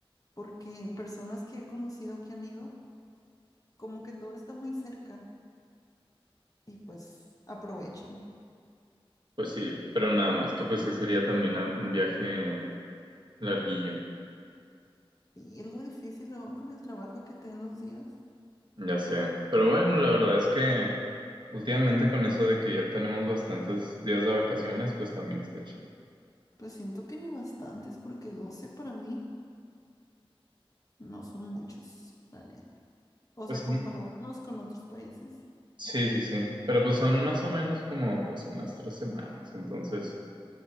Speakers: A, on the left; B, on the right.
A: porque personas que he conocido que han ido, como que todo está muy cerca y pues aprovechan.
B: Pues sí, pero nada más que pues sí sería también a- un viaje larguillo,
A: Y es lo difícil luego con el trabajo que te den los días,
B: ya sé. Pero bueno, la verdad es que últimamente con eso de que ya tenemos bastantes días de vacaciones, pues también está chido.
A: pues siento que ni bastantes, porque 12 para mí no son muchos, la neta. O
B: Pues
A: sea,
B: son-
A: comparándonos con otros países,
B: sí, sí, sí. Pero pues son más o menos como pues unas tres semanas, entonces.